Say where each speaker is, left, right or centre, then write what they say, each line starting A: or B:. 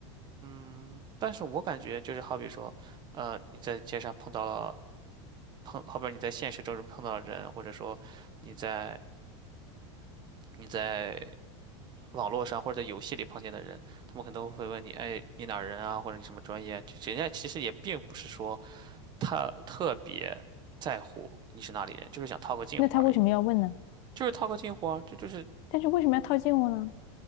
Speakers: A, on the right; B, on the left.
A: 嗯，但是我感觉就是好比说，呃，你在街上碰到了碰，好比你在现实中碰到了人，或者说你在你在网络上或者在游戏里碰见的人，他们可能都会问你，哎，你哪儿人啊，或者你什么专业啊？就人家其实也并不是说特特别在乎你是哪里人，就是想套个近乎而已，
B: 那他为什么要问呢？
A: 就是套个近乎啊，这就是
B: 但是为什么要套近乎呢？